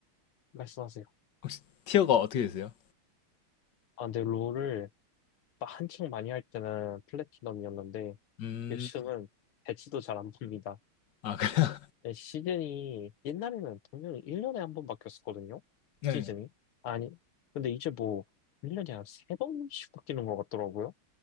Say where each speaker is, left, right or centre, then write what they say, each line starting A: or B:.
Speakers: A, on the left (about 85°); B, on the left (about 55°).
A: 말씀하세요.
B: 혹시 티어가 어떻게 되세요?
A: 아, 근데 롤을 막 한창 많이 할 때는 플래티넘이었는데
B: 음,
A: 요즘은 배치도 잘 안 봅니다.
B: 아, 그래.
A: 네, 시즌이 옛날에는 분명히 1년에 한 번 바뀌었었거든요.
B: 네.
A: 시즌이. 아니, 근데 이제 뭐 1년에 한 세번씩 바뀌는 것 같더라고요.